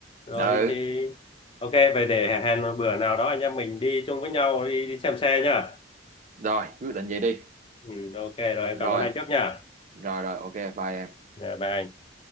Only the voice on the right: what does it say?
ừ
rồi quyết định vậy đi
rồi
rồi rồi ok bye em